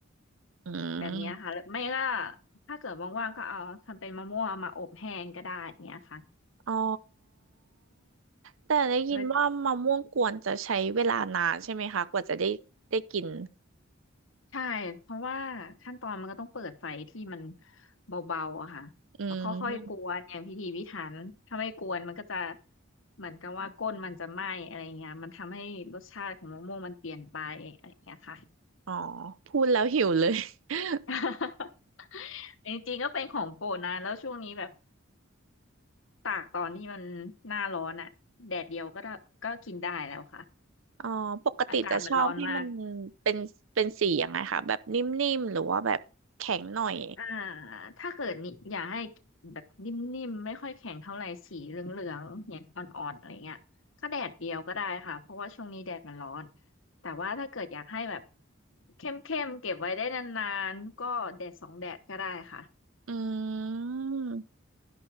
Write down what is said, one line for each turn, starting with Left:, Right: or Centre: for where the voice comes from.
Right: อืม
Left: แบบเนี้ยค่ะหรือไม่ก็ถ้าเกิดว่างๆก็เอาทำเป็นมะม่วงเอามาอบแห้งก็ได้เนี้ยค่ะ
Right: อ๋อ แต่ได้ยินว่ามะม่วงกวนจะใช้เวลานานใช่ไหมคะกว่าจะได้ได้กิน
Left: แล้วใช่เพราะว่าขั้นตอนมันก็ต้องเปิดไฟที่มันเบาๆอะค่ะแล้วค่อยๆกวนอย่างพิถีพิถันถ้าไม่กวนมันก็จะ
Right: อืม
Left: เหมือนกับว่าก้นมันจะไหม้อะไรเงี้ยมันทำให้รสชาติของมะม่วงมันเปลี่ยนไปอะไรเงี้ยค่ะ
Right: อ๋อ พูดแล้วหิวเลย <laughs>
Left: <laughs> จริงๆก็เป็นของโปรดนะแล้วช่วงนี้แบบตากตอนที่มันหน้าร้อนอะแดดเดียวก็ได้ก็กินได้แล้วค่ะ
Right: อ๋อ ปกติจะชอบให้มัน
Left: อากาศมันร้อนมาก
Right: เป็นเป็นสียังไงคะแบบนิ่มๆหรือว่าแบบแข็งหน่อย
Left: อ่าถ้าเกิดนี่อยากให้แบบนิ่มๆไม่ค่อยแข็งเท่าไหร่สีเหลืองๆเนี่ยอ่อนๆอะไรเงี้ยก็แดดเดียวก็ได้ค่ะเพราะว่าช่วงนี้แดดมันร้อน แต่ว่าถ้าเกิดอยากให้แบบเข้มๆเก็บไว้ได้นานๆก็แดดสองแดดก็ได้ค่ะ
Right: อืม